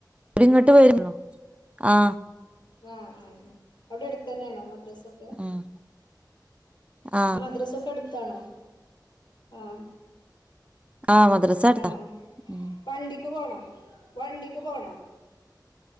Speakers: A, on the right (about 15°); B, on the left (about 85°).
A: അവരിങ്ങോട്ട് വരല്ലോ ആ
B: ആഹ് ആഹ് ആ എവിടെ അടുത്ത് തന്നെയാണോ മദ്രാസൊക്കെ
A: ഉം ആഹ്
B: മദ്രാസൊക്കെ എടുത്താണോ ആഹ്
A: ആഹ് മദ്രസ അടുത്താ
B: ആഹ് ആഹ്
A: ഉം
B: വണ്ടിക്ക് പോണോ വണ്ടിക്ക് പോണോ